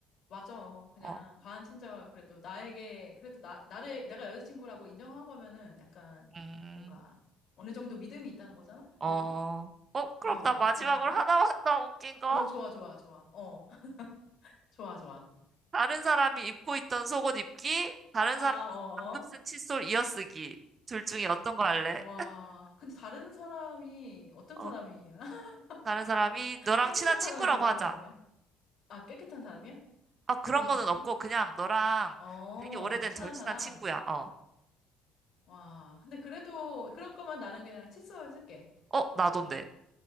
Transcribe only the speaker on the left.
맞아. 그냥
과한 친절 그래도 나에게 그래도 나 나를 내가 여자친구라고 인정한 거면은 약간
뭔가 어느 정도 믿음이 있다는 거잖아.
그래도
어
그러니까
어 좋아 좋아 좋아 어 <laughs> 좋아 좋아
아
어어
와 근데 다른 사람이 어떤
사람이야? <laughs>
깨끗한
사람이야?
더러운
사람이야? 아 깨끗한 사람이야?
더러운 사람이야?
어,
어 친한
사람
와 근데 그래도 그럴 거면 나는 그냥 칫솔 쓸게. <laughs>